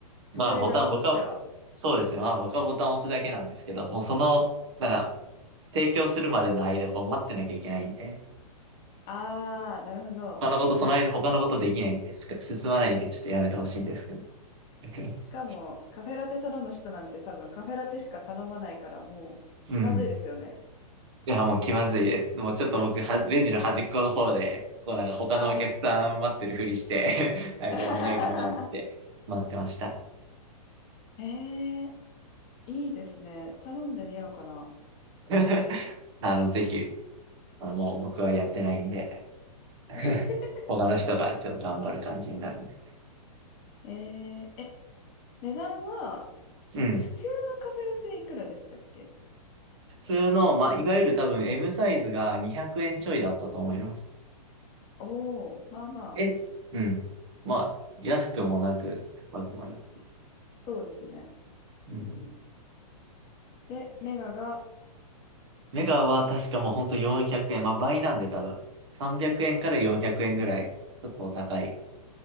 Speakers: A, on the right; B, on the left.
A: まあ、
B: 作る側としては。
A: ボタン、僕は、そうですね。まあ、僕はボタンを押すだけなんですけど、もうその、なんか、提供するまでの間、こう、待ってなきゃいけないんで、
B: ああ、なるほど。
A: 他のこと、その間、他のことできないんです。進まないんで、ちょっとやめてほしいんですけど。<laughs>
B: しかも、カフェラテ頼む人なんて多分カフェラテしか頼まないからもう気まずいですよね。
A: うん。いや、もう気まずいです。もうちょっと僕、は、レジの端っこの方で、こうなんか他のお客さん待ってるふりして
B: あ
A: <laughs> なんかご案内かなって待ってました。
B: あ。<laughs> ええいいですね。頼んでみようかな。
A: <laughs> あの、ぜひあのもう僕はやってないんで、<laughs>
B: <laughs>
A: 他の人がちょっと頑張る感じになるんで。
B: えええ、値段は、
A: うん。
B: え普通のカフェラテいくらでしたっけ
A: 普通の、まあ、いわゆる多分 M サイズが200円ちょいだったと思います。
B: おおー、まあまあ、
A: え、うん。まあ、安くもなく、高くもなく。
B: そうですね。
A: うん。
B: うんうん。で、メガが、
A: メガは確かもうほんと400円。まあ、倍なんで多分。300円から400円ぐらい。結構高い。